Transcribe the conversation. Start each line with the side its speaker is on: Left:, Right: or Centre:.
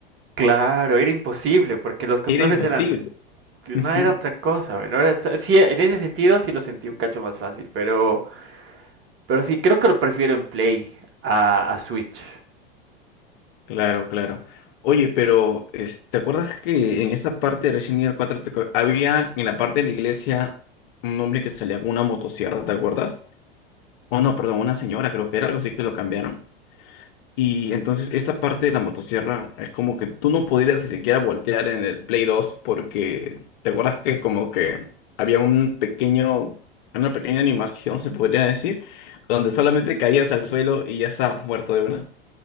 Right: Claro, era imposible, porque los controles
Left: Era imposible.
Right: eran, no
Left: Ujú.
Right: era otra cosa, men, ahora está- sí, en ese sentido sí lo sentí un cacho más fácil, pero, pero sí, creo que lo prefiero en Play a, a Switch.
Left: Claro, claro. Oye, pero es- ¿te acuerdas que en esa parte de Resident Evil 4 te acuer- había en la parte de la iglesia un hombre que salía con una motosierra, ¿te acuerdas? Oh no, perdón, una señora, creo que era algo así que lo cambiaron. Y entonces esta parte de la motosierra es como que tú no podrías ni siquiera voltear en el Play dos porque te acuerdas que como que había un pequeño, una pequeña animación, se podría decir, donde solamente caías al suelo y ya estabas muerto de una.